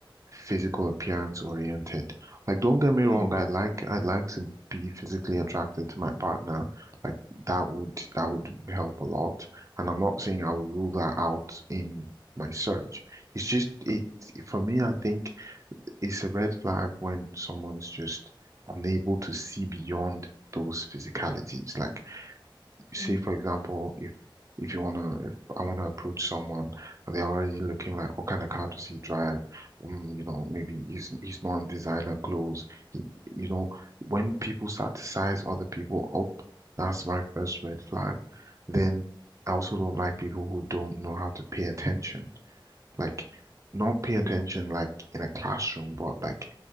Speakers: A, on the right; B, on the left.
A: physical appearance oriented. Like, don't get me wrong,
B: Mm,
A: I'd like I'd like to be physically attracted to my partner. Like that would that would help a lot. And I'm not saying I would rule that out in my search. It's just it for me, I think it's a red flag when someone's just unable to see beyond those physicalities. Like, say
B: mm,
A: for example, if if you wanna, if I wanna approach someone, and they're already looking like, what kind of car does he drive? Mm, you know, maybe he's he's not in designer clothes. He, you know, when people start to size other people up, that's my first red flag. Then I also don't like people who don't know how to pay attention like not pay
B: mm.
A: attention like in a classroom, but like